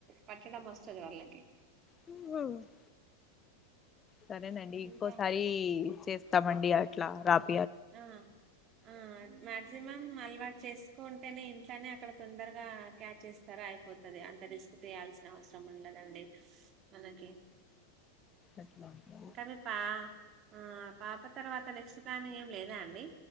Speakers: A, on the right; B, on the left.
A: పట్టడం వస్తది. వాళ్ళకి
B: <unintelligible> సరేనండి. ఇంకోసారి
A: ఇంకా
B: చేస్తామండి. అట్లా రాకు
A: ఆ ఆ మాక్సిమం అలవాటు చేసుకుంటేనే ఇంట్లోనే అక్కడ తొందరగా క్యాచ్ చేస్తారు. అయిపోతది అంత రిస్క్ చేయాల్సిన అవసరం ఉండదండి. మనకి
B: అట్లా
A: తన పా ఆ పాప తర్వాత నెక్స్ట్ ప్లాన్ ఏం లేదా అండి.